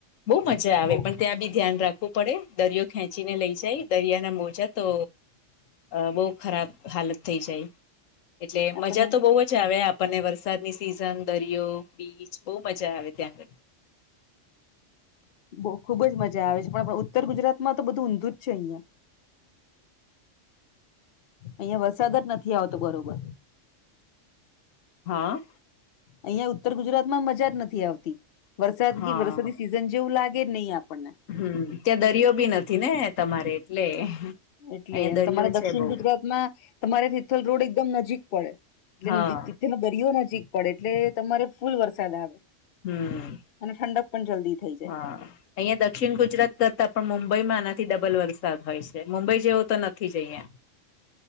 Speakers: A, on the left; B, on the left.
A: બહુ મજા આવે
B: બઉ
A: પણ ત્યાં બી ધ્યાન રાખવું પડે. દરિયો ખેંચીને લઈ જાય દરિયાના મોજા તો અ બહુ ખરાબ હાલત થઈ જાય એટલે
B: આપણને
A: મજા તો બહુ જ આવે આપ પનને વરસાદની સિઝન, દરિયો, બીચ બહુ મજા આવે ત્યાં આગળ.
B: બહુ ખુબ જ મજા આવે છે પણ ઉત્તર ગુજરાતમાં તો બધું ઊંધું જ છે અહિયાં. અહિયાં વરસાદ જ નથી આવતો બરોબર.
A: હા.
B: અહિયાં ઉત્તર ગુજરાત માં મજા જ નથી આવતી. વરસાદગી
A: હા
B: વરસાદી સિઝન જેવું લાગે નહી આપણને.
A: હમ ત્યાં દરિયો બી નથી ને તમારે એટલે.
B: એટલે
A: અહિયાં
B: અન
A: દરિયો
B: તમારા દક્ષિણ
A: છે બહુ
B: ગુજરાતમાં તમારે તિથલ રોડ એકદમ નજીક પડે. એટલેન
A: હા
B: દિત તિથલ નો દરિયો નજીક પડે એટલે તમારે ફૂલ વરસાદ આવે.
A: હમ.
B: અને ઠંડક પણ જલ્દી થઈ જાય
A: હા અહિયા દક્ષિણ ગુજરાત કરતા પણ મુંબઈમાં આના થી ડબલ વરસાદ હોય છે મુંબઈ જેવો તો નથી જ અહીંયા.